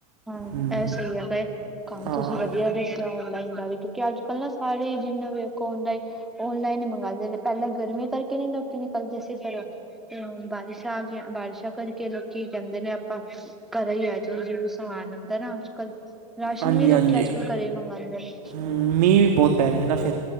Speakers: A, in the centre; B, on the right.
A: ਹਾਂ
B: ਹਮ,
A: ਇਹ ਸਹੀ ਹੈਗੇ ਕੰਮ
B: ਹਾਂ
A: ਤੁਸੀਂ ਵਧੀਆ ਦੱਸਿਆ ਔਨਲਾਈਨ ਦਾ ਵੀ ਕਿਉਂਕਿ ਅੱਜ ਕੱਲ ਨਾ ਸਾਰੇ ਈ ਜਿੰਨੇ ਵੇਖੋ ਉੰਨਦਾ ਈ ਔਨਲਾਈਨ ਹੀ ਮੰਗਾਂਦੇ ਨੇ ਪੈਲਾਂ ਗਰਮੀ ਕਰਕੇ ਨੀ ਲੋਕੀ ਨਿਕਲਦੇ ਸੀ ਘਰੋਂ ਤੇ ਹੁਣ ਬਾਰਿਸ਼ਾਂ ਆਗੀਆਂ ਬਾਰਿਸ਼ਾਂ ਕਰਕੇ ਲੋਕੀ ਕਹਿੰਦੇ ਨੇ ਆਪਾਂ ਘਰੇ ਹੀ ਆਜੇ ਜੋ ਵੀ ਸਮਾਨ ਆਂਦਾ ਨਾ ਅੱਜ ਕੱਲ ਰਾਸ਼ਨ
B: ਹਾਂਜੀ
A: ਵੀ ਲੋਕੀ
B: ਹਾਂਜੀ
A: ਅੱਜ ਕੱਲ ਘਰੇ ਹੀ ਮੰਗਾਂਦੇ ਨੇ
B: ਮੀਂਹ ਵੀ ਬੋਤ ਪੈ ਰਿਹੈ ਨਾ ਫੇਰ